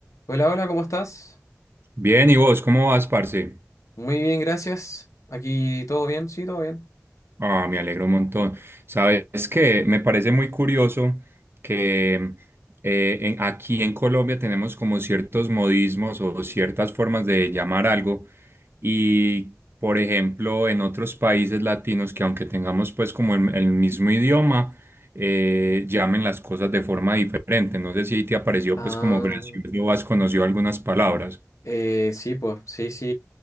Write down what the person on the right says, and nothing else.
Bien, ¿y vos cómo vas, parce?
Ah, me alegro un montón. Sabes que me parece muy curioso que eh, en- aquí en Colombia tenemos como ciertos modismos o ciertas formas de llamar algo y, por ejemplo, en otros países latinos que aunque tengamos pues como el, el mismo idioma, eh, llamen las cosas de forma diferente. No sé si te ha parecido
pues como gracioso o has conocido algunas palabras.